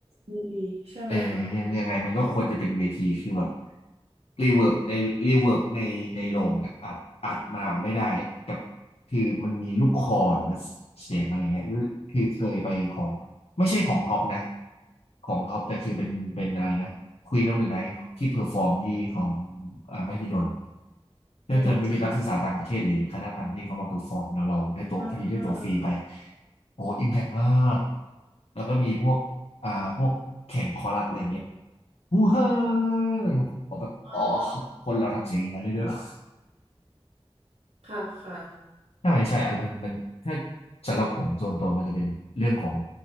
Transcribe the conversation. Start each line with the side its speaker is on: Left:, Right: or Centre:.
Right: ดีใช่ไหมคะอืม
Left: เออยังยังไงมันก็ควรจะเป็นเวทีคือแบบรีเวิร์บในรีเวิร์บในในโรงอะอัดอัดมาไม่ได้กับคือมันมีลูกคอหรือเสียงอะไรเงี้ยหรือคือเคยไปของไม่ใช่ของท็อปนะของท็อปแต่คือเป็นเป็นอะไรนะควีนออฟเดอะไนท์ที่เพอร์ฟอร์มที่ของอ่ามหิดลน่าจะไม่เป็นนักศึกษาต่างประเทศหรือคณะต่างประเทศเขามาเพอร์ฟอร์มแล้วเราได้ตัวพอดีได้ตัวฟรีไป
Right: อืมค่ะอ่า
Left: โอ้อิมแพกมากแล้วก็มีพวกอ่าพวกแข่งคอรัสอะไรเงี้ย ฮูเฮ้ยผมแบบอ๋อ
Right: อ่า
Left: คนเราทำเสียงอย่างนั้นได้ด้วยเหรอ
Right: ค่ะค่ะ
Left: ใช่ใช่อันมันมันถ้าสำหรับผมส่วนตัวมันจะเป็นเรื่องของ